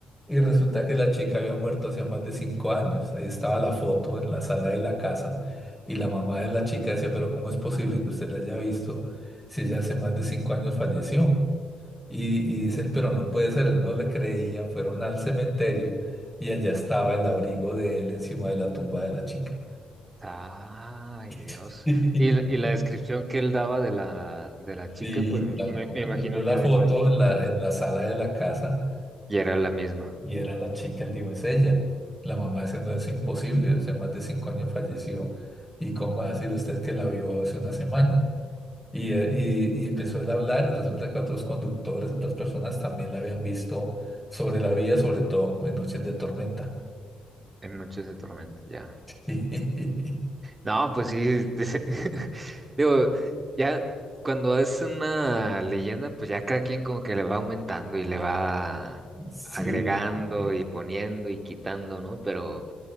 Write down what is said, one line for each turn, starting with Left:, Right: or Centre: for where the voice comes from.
Centre: Y resulta que la chica había muerto hacía más de cinco años. Ahí estaba la foto en la sala de la casa. Y la mamá de la chica decía, pero ¿cómo es posible que usted la haya visto si ella hace más de cinco años falleció? Y, y dice él, pero no puede ser, él no le creía. Fueron al cementerio y allá estaba el abrigo de él encima de la tumba de la chica.
Right: Ay, Dios.
Centre: <laughs>
Right: Y, la- y la descripción que él daba de la, de la
Centre: Sí,
Right: chica, pues me,
Centre: tal
Right: me-
Centre: cual.
Right: me imagino
Centre: Vio la
Right: que ha
Centre: foto
Right: de co-
Centre: en la, en la sala de la casa
Right: Y era la misma,
Centre: y era la chica, él dijo, es ella. La mamá dice no, es imposible, hace más de cinco años falleció. ¿Y cómo va a decir usted que la vio hace una semana? Y, eh, y, y empezó él a hablar y resulta que otros conductores, otras personas también la habían visto sobre la vía, sobre todo en noches de tormenta.
Right: en Noches de Tormenta, ya.
Centre: <laughs>
Right: No, pues sí, <laughs> digo, ya cuando es una leyenda, pues ya cada quien como que le va aumentando y le va
Centre: Sí,
Right: agregando
Centre: sí,
Right: y poniendo y quitando, ¿no? Pero,